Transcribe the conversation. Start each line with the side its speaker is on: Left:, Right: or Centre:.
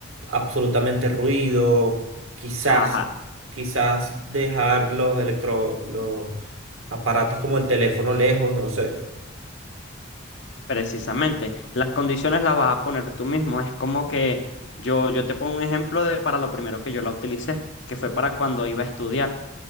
Right: absolutamente ruido, quizás,
Left: Ajá,
Right: quizás dejar los electro, los aparatos como el teléfono lejos, no sé.
Left: precisamente. Las condiciones las vas a poner tú mismo. Es como que yo, yo te pongo un ejemplo de para lo primero que yo la utilicé, que fue para cuando iba a estudiar.